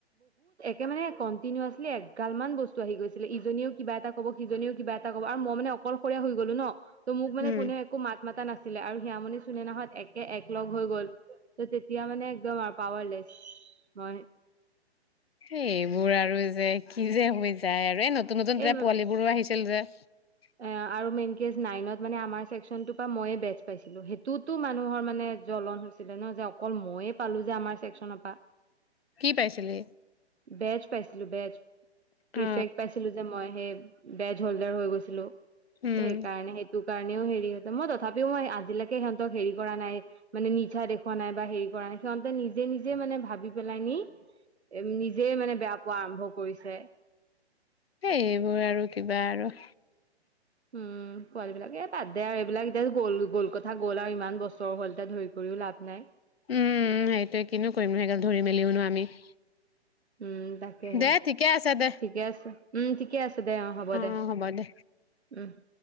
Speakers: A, on the right; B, on the left.
A: তে মানে কণ্টিনিচলি এগাল মান বস্তু আহি গৈছিলে। ইজনীও কিবা এটা কব সিজননেও কিবা এটা কব আৰু মই মানে অকলশৰীয়া হৈ গলো ন। তো মোক মান
B: উম
A: কোনে একো মা। মাতা নাছিলে আৰু হিয়ামণি চুনে নহত একে এক লগ হৈ গ'ল ত তেতিয়া মানে একদম আৰু পাৱাৰলেছ মই।
B: সবোৰ আৰু যে কি যে হৈ যায়। যায় আৰু নতুন। নতুন
A: এই
B: নতুন পোৱালিবোৰো আহিছিল যে। <unintelligible>
A: এ আৰু মেইন কেচ নাইনত মানে আমাৰ চেকশচনটোৰ পৰা মইয়ে বেচ পাইছিলো। সেইটোতো মানুহৰ মানে জ্বলন হৈছিলে ন যে অকল মইয়ে পালো যে আমাৰ চছেক্চনৰ পৰা।
B: কি পাইছিলি।
A: বেজ পাইছিলো বেজ। প্ৰফে
B: অ
A: পাইছিলো যে মই সেই। বেজ হল্ডাৰ হৈ গৈছিলো।
B: উম
A: সেইকাৰণে সেইটো কাৰণেও হেৰি। মই তথাপিও মই আজিলৈকে সিহঁতক হেৰি কৰা নাই মানে নিজা দেখুওৱা নাই। বা হেৰি কৰা নাই সিহঁতে নিজে নিজে মানে ভাবি পেলাই নি। নিজে মানে বেয়া পোৱা আৰম্ভ কৰিছে।
B: এইেই এইবোৰ আৰু কিবা আৰু।
A: উম। পোৱাল বিলাক এ পাদ দে এইবিলাক আৰু। এতিয়া গ'ল গ'ল কথা গ'ল আৰু ইমান বছৰ হ'লতিয়া ধৰি কৰিও লাভ নাই।
B: উমম সেইটোৱে কিনো কৰিম ন সেই গাল ধৰি মেলিওনো আমি। <inaudible>
A: উম তাকেহে,
B: দে ঠিকে আছে দে
A: ঠিকে আছে, উম ঠিকে আছে দে, অ হ'ব দে।
B: অ হ'ব দে
A: উম। <inaudible>